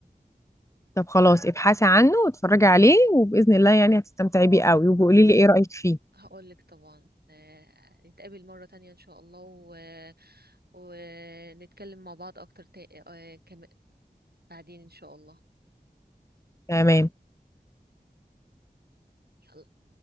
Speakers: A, on the left; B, on the right.
A: طب خلاص ابحثي عنه واتفرجي عليه وباذن الله يعني هتستمتعي بيه قوي وبقولي
B: آه، بإذن
A: لي ايه رايك فيه
B: هقولك طبعا آه، نتقابل مرة تانية إن شاء الله و... ونتكلم مع بعض أكتر تا... آه، كم... بعدين إن شاء الله
A: تمام
B: يلا